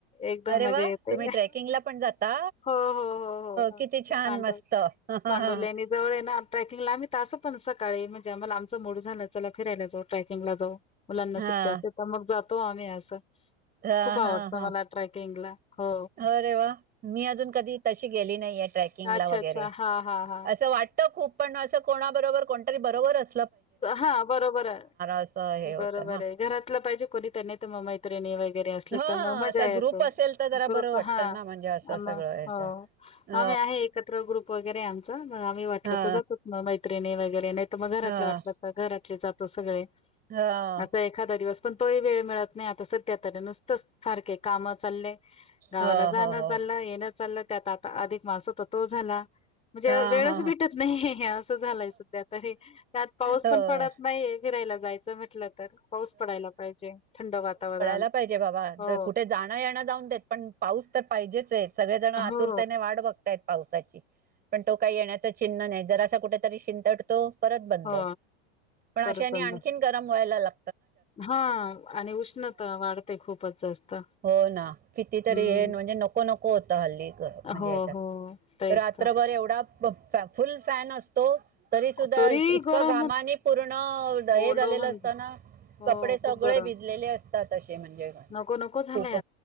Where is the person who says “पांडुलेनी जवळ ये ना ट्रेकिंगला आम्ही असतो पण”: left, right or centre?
Left